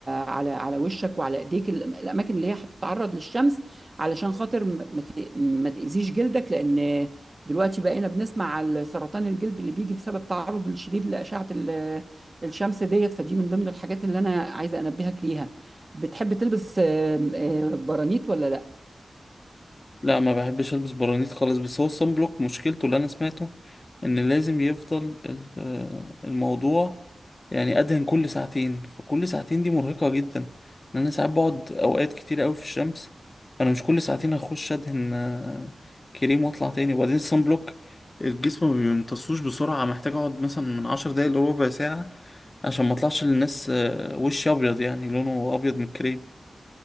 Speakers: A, on the right (about 35°); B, on the left (about 35°).
A: على على وشك وعلى ايديك ال- الاماكن اللي هي هتتعرض للشمس علشان خاطر ما ما ت- ما تاذيش جلدك لان دلوقتي بقينا بنسمع على سرطان الجلد اللي بيجي بسبب تعرض الشديد لأشعة ال- الشمس ديت فدي من ضمن الحاجات اللي أنا عايزة أنبهك ليها بتحب تلبس آم، آم، برانيت ولا لا
B: لا ما بحبش البس برانيت خالص بس هو الصن بلوك مشكلته اللي انا سمعته ان لازم يفضل ال- آه، الموضوع يعني ادهن كل ساعتين فكل ساعتين دي مرهقة جدا لان انا ساعات بقعد اوقات كتير قوي في الشمس انا مش كل ساعتين هخش ادهن آه، كريم واطلع تاني وبعدين الصن بلوك الجسم ما بيمتصوش بسرعة محتاج اقعد مثلا من عشر دقايق لربع ساعة عشان ما اطلعش للناس آه، وشي ابيض يعني لونه ابيض من الكريم